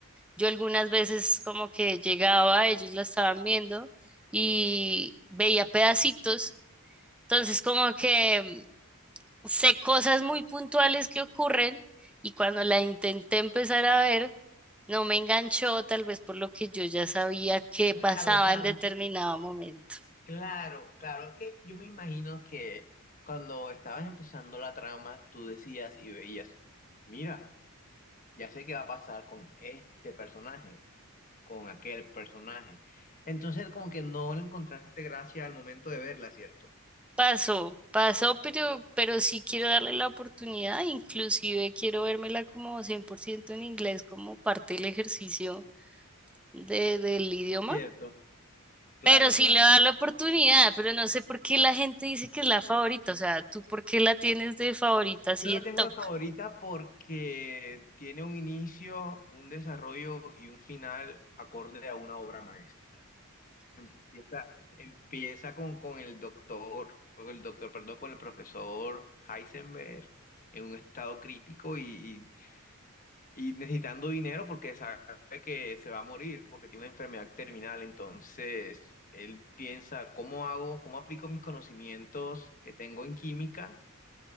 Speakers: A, in the centre; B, on the left (about 35°).
A: Yo algunas veces como que llegaba, ellos la estaban viendo y veía pedacitos. Entonces como que mm, sé cosas muy puntuales que ocurren y cuando la intenté empezar a ver, no me enganchó, tal vez por lo que yo ya sabía que
B: Claro,
A: pasaba
B: o sea,
A: en determinado
B: me-
A: momento.
B: claro, claro, es que yo me imagino que cuando estabas empezando la trama, tú decías y veías, mira. ya sé qué va a pasar con este personaje, con aquel personaje. Entonces, como que no le encontraste gracia al momento de verla, ¿cierto?
A: Pasó, pasó, pero, pero sí quiero darle la oportunidad, inclusive quiero vérmela como 100% en inglés como parte del ejercicio de, del idioma
B: Cierto, claro,
A: Pero sí
B: claro.
A: le da la oportunidad, pero no sé por qué la gente dice que es la favorita. O sea, ¿tú por qué la tienes de favorita así
B: Yo la
A: en
B: tengo
A: top?
B: de favorita porque tiene un inicio, un desarrollo y un final acorde a una obra maestra. Empieza, empieza con, con el doctor, con el doctor, perdón, con el profesor Heisenberg en un estado crítico y, Y necesitando dinero porque sabe que se va a morir, porque tiene una enfermedad terminal. Entonces, él piensa, ¿cómo hago, cómo aplico mis conocimientos que tengo en química